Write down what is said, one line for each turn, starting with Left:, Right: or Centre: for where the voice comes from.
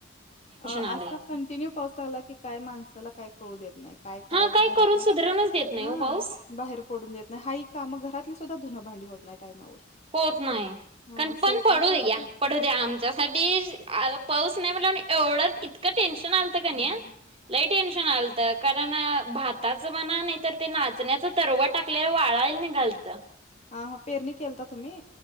Left: अ
Right: आलंय
Left: असा
Right: आता
Left: कंटिन्यू पाऊस लागला की काय माणसाला काय कळू देत नाय काय करायचं
Right: हा काही
Left: घरातनं
Right: करून सुधरवूनच देत नाही
Left: हा
Right: ओ पाऊस.
Left: बाहेर पडून देत नाय हाय ही काम घरातली सुद्धा धुनं भांडी होत नाय टायमावर
Right: होत नाय
Left: हां,
Right: कारण
Left: स्वयंपाक
Right: पण पडू दे
Left: एक
Right: घ्या
Left: हां,
Right: पडू द्या आमचा अडीज पाऊस नाय म्हणल्यावर एवढं इतकं टेन्शन आलत कनी
Left: हां,
Right: लई टेन्शन आलत कारण भाताचं म्हणा नायतर ते नाचण्याच तरव टाक लय वाळाय निगालत
Left: हा हा पेरणी केलता तुम्ही